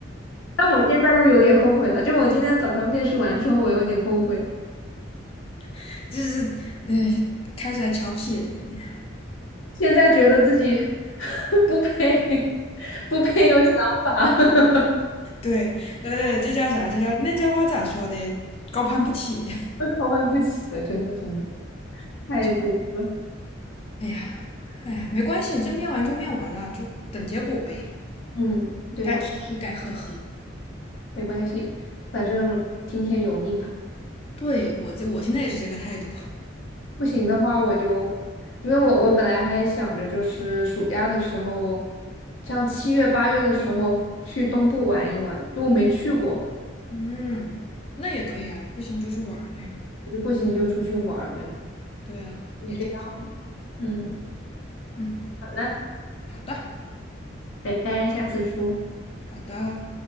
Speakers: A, on the left; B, on the left.
A: 但我现在又有点后悔了，就我今天早上面试完之后，我有点后悔，
B: <laughs> 就是呃，开始还瞧不起人家呢。
A: 现在觉得自己 <laughs> 不配 <laughs> 不配有想法。<laughs>
B: 对，呃，这叫啥？这叫那叫话咋说的？高攀不起。<laughs>
A: 我考办不起了，真的真的
B: 没错，
A: 太多了。
B: 哎呀，哎呀，没关系，这面完就面完了，就等结果呗。
A: 嗯，对呀，
B: 该吃吃，该喝喝。
A: 没关系，反正听天由命吧。
B: 对，我这我现在也是这个态度。
A: 不行的话，我就，因为我我本来还想着就是暑假的时候，像七月八月的时候去东部玩一玩，因为我没去过，
B: 嗯，<laughs> 那也可以啊，不行就去玩儿呗。
A: 我就不行就出去玩儿呗。
B: 对啊，
A: 先这样，
B: 也挺好。
A: 嗯，
B: 嗯，
A: 好了，
B: 好的，
A: 拜拜，下次说。
B: 好的。